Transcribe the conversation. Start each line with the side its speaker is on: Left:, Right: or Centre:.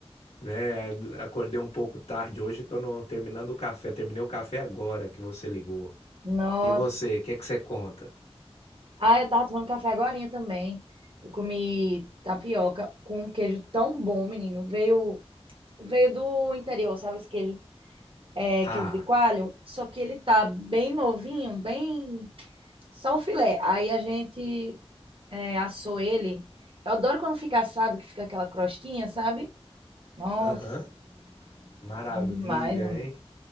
Left: né? Acordei um pouco tarde hoje, tô no- terminando o café. Terminei o café agora que você ligou.
Right: Nossa.
Left: E você, o que que você conta?
Right: Ah, eu tava tomando café agorinha também. Eu comi tapioca com um queijo tão bom, menino. Veio, veio do interior, sabe esse queijo? É
Left: Ah,
Right: queijo de coalho. Só que ele tá bem novinho, bem... Só o filé. Aí a gente é, assou ele. Eu adoro quando fica assado, que fica aquela crostinha, sabe? Nossa,
Left: aham. Maravilha,
Right: bom demais, mano.
Left: hein?